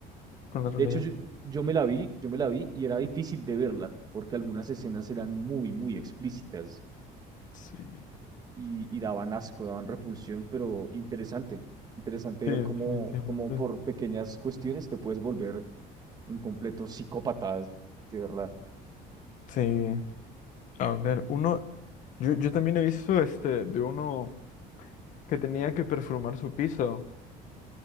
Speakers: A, on the left; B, on the right.
A: Con la realidad.
B: De hecho, yo, yo me la vi, yo me la vi y era difícil de verla, porque algunas escenas eran muy, muy explícitas
A: Sí.
B: y, y daban asco, daban repulsión, pero interesante, interesante
A: Sí,
B: ver
A: definitivamente.
B: cómo, cómo por pequeñas cuestiones te puedes volver un completo psicópata, de verdad.
A: Sí. A ver, uno. Yo, yo también he visto este de uno que tenía que perfumar su piso.